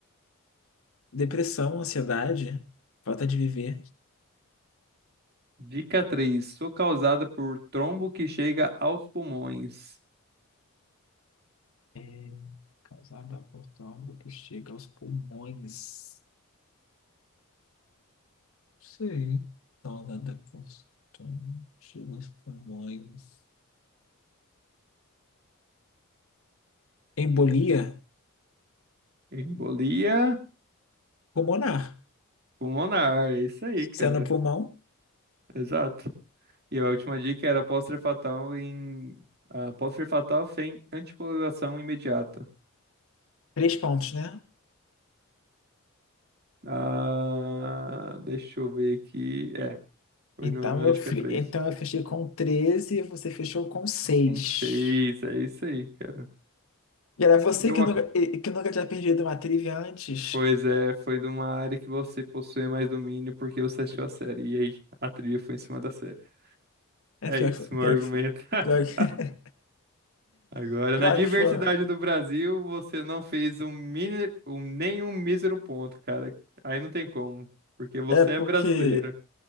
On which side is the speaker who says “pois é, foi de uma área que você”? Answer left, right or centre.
Right